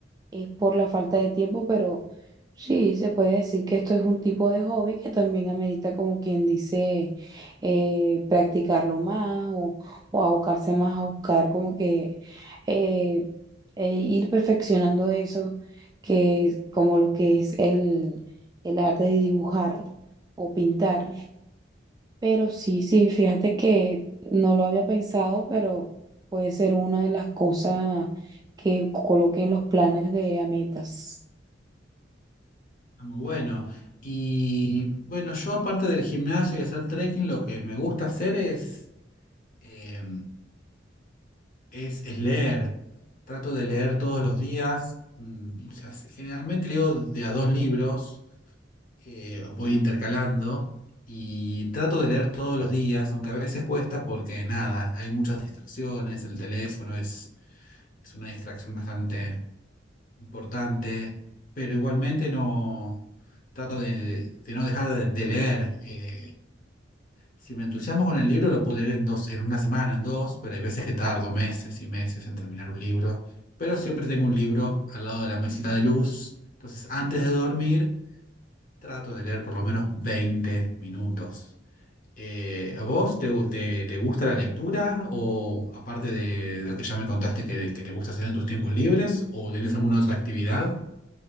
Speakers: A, on the right; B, on the left.
A: es por la falta de tiempo, pero sí, se puede decir que esto es un tipo de hobby que también amerita, como quien dice, eh, practicarlo más o, o abocarse más a buscar, como que eh, e ir perfeccionando eso, que es como lo que es el, el arte de dibujar o pintar. Pero sí, sí, fíjate que no lo había pensado, pero puede ser una de las cosas que coloque en los planes de a metas.
B: Ah, Muy bueno. Y bueno, yo aparte del gimnasio y hacer trekking, lo que me gusta hacer es, eh, es, es leer. Trato de leer todos los días. mm, o sea, si- generalmente leo de a dos libros, eh, voy intercalando y trato de leer todos los días, aunque a veces cuesta porque nada, hay muchas distracciones, el teléfono es, es una distracción bastante, importante, pero igualmente no trato de, de no dejar de, de leer. Eh, si me entusiasmo con el libro, lo puedo leer en dos, en una semana, en dos, pero hay veces que tardo meses y meses en terminar un libro. Pero siempre tengo un libro al lado de la mesita de luz. Entonces, antes de dormir, trato de leer por lo menos 20 minutos. Eh, ¿a vos te, gu- te- te gusta la lectura o aparte de, de lo que ya me contaste que, que te gusta hacer en tus tiempos libres o tenés alguna otra actividad?